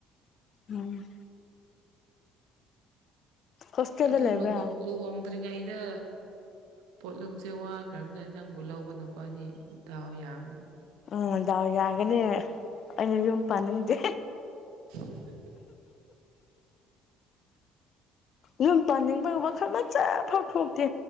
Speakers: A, on the left (about 55°); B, on the right (about 80°).
A: ꯎꯝ ꯍꯣꯁꯇꯦꯜꯗ
B: ꯑꯗꯨ
A: ꯂꯩꯕ꯭ꯔꯥ
B: ꯂꯨꯍꯣꯡ ꯂꯨꯍꯣꯡꯗ꯭ꯔꯤꯉꯩꯗ꯫ ꯄꯣꯠꯂꯨꯝꯁꯦ ꯋꯥꯈ꯭ꯔꯕꯅꯤꯅ ꯅꯪꯕꯨ ꯂꯧꯕ ꯅꯨꯄꯥꯗꯤ ꯗꯥꯥꯎ ꯌꯥꯕꯅꯤ꯫
A: ꯎꯝ ꯗꯥꯎ ꯌꯥꯒꯅꯤ꯫ ꯑꯩꯅ ꯌꯨꯝ ꯄꯥꯅꯤꯡꯗꯦ꯫
B: <inaudible>
A: ꯌꯨꯝ ꯄꯥꯅꯤꯡꯕꯒꯤ ꯋꯥꯈꯜ ꯃꯆꯦꯠ ꯐꯥꯎ ꯊꯣꯛꯇꯦ꯫